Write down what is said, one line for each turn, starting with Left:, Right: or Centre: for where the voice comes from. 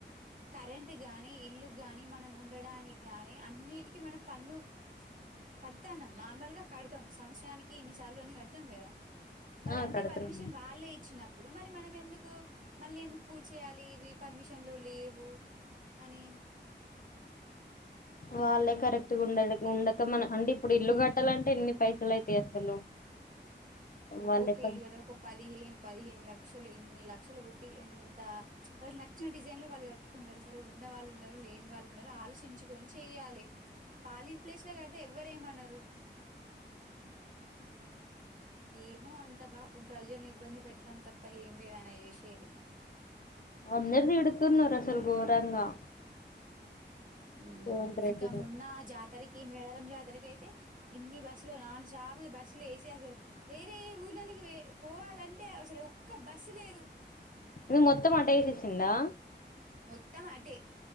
Right: కరెంట్ గాని ఇల్లుగ్గాని మనం ఉండడానిగ్గాని అన్నిటికి మనం పన్ను కడతాన్నాం నార్మల్గా కడుతాం సంవత్సరానికి ఇన్నిసార్లు అని కడుతాం కదా మరి
Left: ఆ
Right: అన్ని
Left: కడుతున్నా
Right: పర్మిషన్ వాళ్ళే ఇచ్చినప్పుడు మరి మనమెందుకు మళ్ళీ ఎందుకు కూల్చేయాలి ఇవి పర్మిషన్లు లేవు అని
Left: వాళ్ళే కరెక్ట్గా ఉండ ఉండక మన అంటే ఇప్పుడు ఇల్లు కట్టాలంటే ఎన్ని పైసలైతయి అసలు
Right: ఒక్కొక్క
Left: వాళ్ళే కన్
Right: ఇలుగడ్ ఒక పదిహేను పదిహేను లక్ క్షలు ఇన్ని లక్షలు పెట్టి ఎంత వాళ్ళకి నచ్చిన డిజైన్ లో వాళ్ళు కట్టుకున్నారు సరే ఉన్న వాళ్ళు ఉన్నారు లేని వాళ్ళున్నారు ఆలోచించుకొని చెయ్యాలి ఖాళీ ప్లేస్లో కడితే ఎవ్వరేమనరు ఏమో అంతా పాపం ప్రజలను ఇబ్బంది పెట్టడం తప్ప ఏం లేదాయన చేసేది
Left: అందరు తిడుతున్నారు అసలు ఘోరంగా
Right: మ్
Left: రేవంత్ రెడ్డిని
Right: ఇంకా మొన్నా జాత్ తరికి మేడారంజాతరకైతే ఇన్ని బస్సులు నాన్ స్టాప్ బస్సులేసీ అసల్ వేరే ఊ ల్లలకి పోవాలంటే అసలొక్క బస్సు లేదు
Left: ఎందుకు మొత్తం అటే ఏసేసిండా
Right: మొత్తం అటే